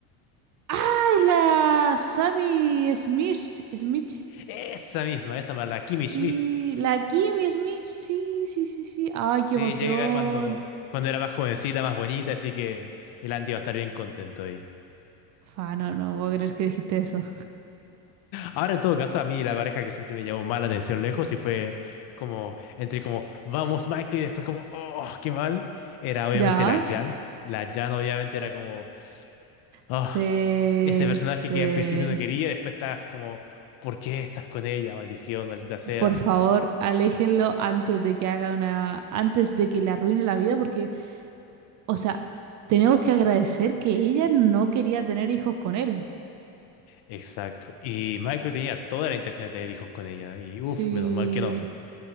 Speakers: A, on the right; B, on the left.
A: ¡Ay, la Sammy Smith! Smith.
B: Esa misma, esa más, la Kimmy
A: Sí,
B: Schmidt.
A: la Kimmy Smith, sí, sí, sí, sí. Ay, qué
B: Sí,
A: emoción.
B: llega cuando, cuando era más jovencita, más bonita, así que el Andy va a estar bien contento ahí.
A: Fa, no, no puedo creer que dijiste eso.
B: Ahora, en todo caso, a mí la pareja que siempre me llamó más la atención lejos y fue como, entre como, vamos, Michael, y después como, oh, qué mal, era obviamente
A: Ya.
B: la Jan. La Jan obviamente era como, ah,
A: Se,
B: ese personaje
A: se,
B: que al principio no quería, después estás como, ¿por qué estás con ella? Maldición, maldita sea.
A: por favor, aléjenlo antes de que haga una, antes de que le arruine la vida, porque, o sea, tenemos que agradecer que ella no quería tener hijos con él.
B: Exacto. Y Michael tenía toda la intención de tener hijos con ella y,
A: Sí.
B: uff, menos mal que no,